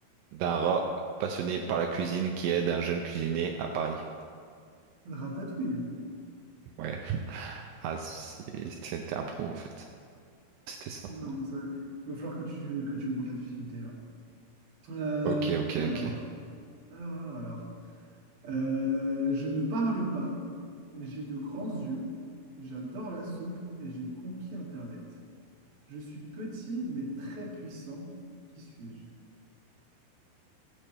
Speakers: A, on the right; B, on the right.
A: d'un rat passionné par la cuisine qui aide un jeune cuisinier à Paris?
B: Ratatouille.
A: Ouais. <laughs> Ah, c'est- c'était un pro en fait. C'était ça.
B: Non, mais ça, il va falloir que tu, que tu augmentes la difficulté là. Euh,
A: Ok, ok, ok.
B: alors, alors, alors, alors. Euh, je ne parle pas, j'ai de grands yeux, j'adore la soupe et j'ai conquis Internet. Je suis petit mais très puissant. Qui suis-je?